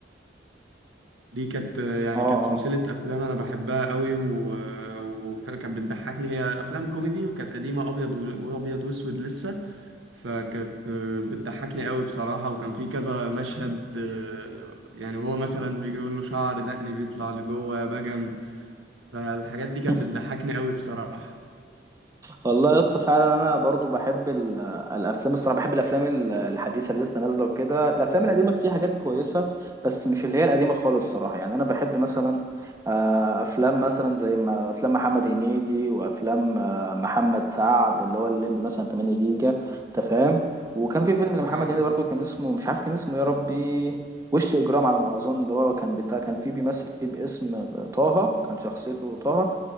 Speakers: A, on the right (about 85°); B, on the right (about 15°).
A: دي كانت آه، يعني
B: اه
A: كانت سلسله
B: اه
A: افلام انا بحبها قوي و... وكانت بتضحكني هي افلام كوميدي وكانت قديمه ابيض و... وابيض واسود لسه فكانت آه، بتضحكني قوي بصراحه وكان في كذا مشهد آه، يعني وهو مثلا بيجي يقول له شعر دقني بيطلع لجوه يا بجم فالحاجات دي كانت
B: <laughs>
A: بتضحكني قوي بصراحة
B: والله يا اسطى فعلا انا برضو بحب ال- الافلام الصراحه بحب الافلام ال- الحديثه اللي لسه نازله وكده الافلام القديمه فيها حاجات كويسه بس مش اللي هي القديمه خالص الصراحه يعني انا بحب مثلا آه، افلام مثلا زي ما افلام محمد هنيدي وافلام آه، محمد سعد اللي هو الليمبي مثلا 8 جيجا انت فاهم وكان في فيلم لمحمد
A: اه
B: هنيدي برضو كان اسمه مش عارف كان اسمه إيه يا ربي وش اجرام على ما اظن اللي هو كان بتاع كان فيه بيمثل فيه باسم آه، طه كان شخصيته طه